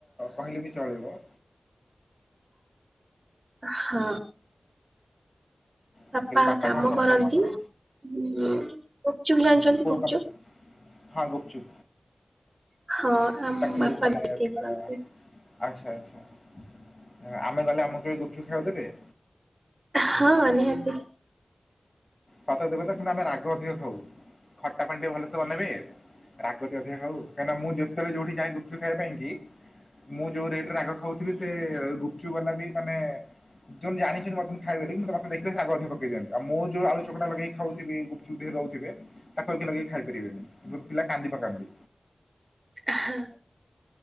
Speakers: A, on the left; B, on the right.
A: କହିଲେ ବି ଚଳିବ।
B: ହଁ।
A: ମୁଁ
B: ବାପା
A: କହିଲି
B: କାମ
A: କଣ
B: କରନ୍ତି
A: ଆପଣଙ୍କର
B: ଉଁ ଗୁପଚୁପ୍ ଜାଣିଛନ୍ତି
A: କୋଉ
B: ଗୁପଚୁପ୍।
A: କାମ ହଁ ଗୁପଚୁପ୍।
B: ହଁ ଆମ
A: ତାକୁ
B: ବାପା
A: ମାନେ
B: ବିକ୍ରି କରନ୍ତି।
A: ବା ଆଚ୍ଛା ଆଚ୍ଛା ଆ ଆମେ ଗଲେ ଆମକୁ କେବେ ଗୁପଚୁପ ଖାଇବାକୁ ଦେବେ?
B: ହଁ ନିିହାତି।
A: ସତରେ ଦେବେ ତ କିନ୍ତୁ ଆମେ ରାଗ ଅଧିକ ଖାଉ ଖଟା ପାଣି ଟେ ଭଲସେ ବନେଇବେ। ରାଗ ଟିକେ ଅଧିକା ଖାଉ କାଇଁ ନା ମୁଁ ଯେତେବେଳେ ଯୋଉଠି ଯାଏ ଗୁପଚୁପ୍ ଖାଇବା ପାଇଁ କି। ମୁଁ ଯୋଉ ରେଟ ରେ ରାଗ ଖାଉଥିବି ସେ ଗୁପଚୁପ୍ ବାଲା ବି ମାନେ ଯୋଉ ଜାଣିଛନ୍ତି <unintelligible> ଖାଏ <unintelligible> ତ ମତେ ଦେଖିଲେ ସେ ରାଗ ଅଧିକ ପକେଇଦିଅନ୍ତି ଆଉ ମୁଁ ଯୋଉ ଆ ଚକଟା ଲଗେଇ ଖାଉଥିବି ଗୁପଚୁପ ଟିକେ ଦଉଥିବେ ତାକୁ ଏମିତି ଲଗେଇ ଖାଇ ପାରିବେନି ପିଲା କାନ୍ଦି ପକାନ୍ତି।
B: ଆ ହଁ।